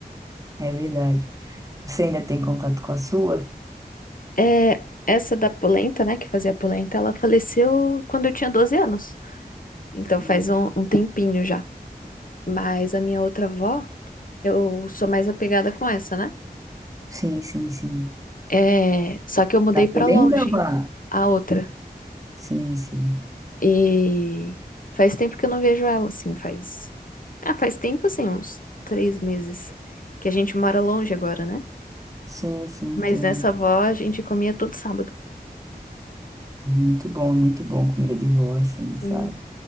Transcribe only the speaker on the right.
É verdade. Você ainda tem contato com a sua?
Hum.
Sim, sim, sim.
Da
polenta
ou a...
Sim, sim.
Sim, sim,
entendi.
Muito bom, muito bom comida de vó, assim,
sabe?